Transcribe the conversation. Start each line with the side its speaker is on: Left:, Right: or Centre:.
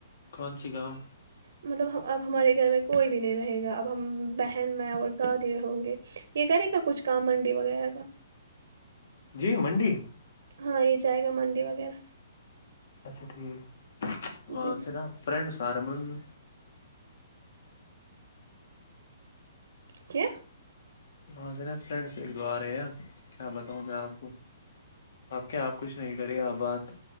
Left: کون سی گاؤں
Right: مطلب اب ہمارے گھر میں کوئی بھی نہیں رہے گا اب ہم بہن مائ اور دادی ہوں گے یہ کرے گا کچھ کام منڈی وغیرہ کا
Left: جی منڈی
Right: ہاں یہ جائے گا منڈی وغیرہ
Left: اچھا ٹھیک
Right: جی
Left: نا فرینڈ سارے میں میں
Right: ک <unintelligible> ی
Left: وہاں سے ن فرینڈ ایک دو آ رہے ہیں کیا بتاؤں میں آپ کو اپ کیا آپ کچھ نہیں کرے آ بات